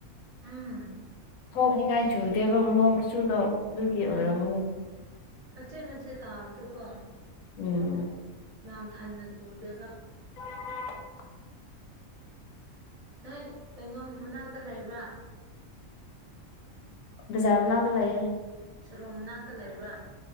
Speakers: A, on the right; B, on the left.
A: ꯎꯝ
B: ꯀꯣꯛꯅꯤꯡꯉꯥꯏ ꯆꯨꯗꯦꯕ ꯅꯣꯡ ꯆꯨꯗꯣ ꯑꯗꯨꯒꯤ
A: ꯎꯝ
B: ꯑꯣꯏꯔꯝꯃꯨꯅꯦ
A: ꯃꯆꯦꯠ ꯃꯆꯦꯠ ꯇꯥꯕꯗꯨꯀꯣ
B: ꯎꯝ
A: ꯌꯥꯝ ꯊꯟꯅ ꯆꯨꯗꯦꯕ
B: <unintelligible>
A: ꯅꯣꯏ ꯀꯩꯅꯣ ꯃꯅꯥꯛꯇ ꯂꯩꯕ꯭ꯔꯥ
B: ꯕꯖꯥ ꯃꯅꯥꯗ ꯂꯩꯌꯦ
A: ꯁꯔꯣꯡ ꯃꯅꯥꯛꯇ ꯂꯩꯕ꯭ꯔꯥ